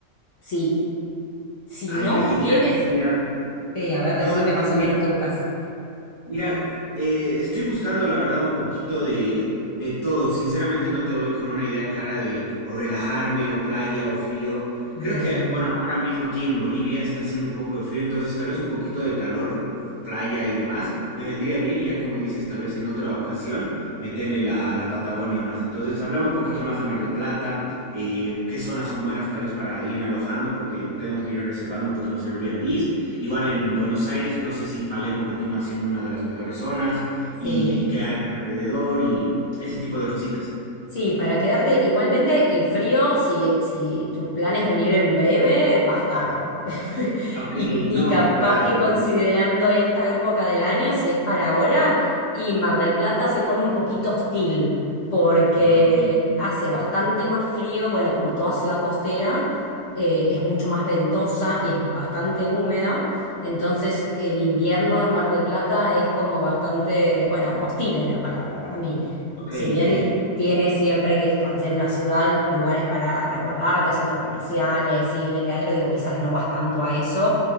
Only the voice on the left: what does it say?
Si, si
no
quieres,
sí, a ver,
decime
más
o
menos qué buscas.
Bien,
sí.
Sí, para quedarte igualmente el frío, si, si tu plan es venir en breve, va a estar. <laughs>
Y, y
capaz
que
considerando esta época del año, si es para ahora, y Mar del Plata se pone un poquito hostil, porque
hace bastante más frío, bueno, como toda ciudad costera, eh, es mucho más ventosa y es bastante húmeda, entonces el invierno en Mar del Plata es como bastante, bueno, hostil es la palabra para mí.
Si bien
tiene siempre que esto, al ser una ciudad, lugares para resguardarte, centros comerciales, cine, teatro, digo, quizás no vas tanto a eso.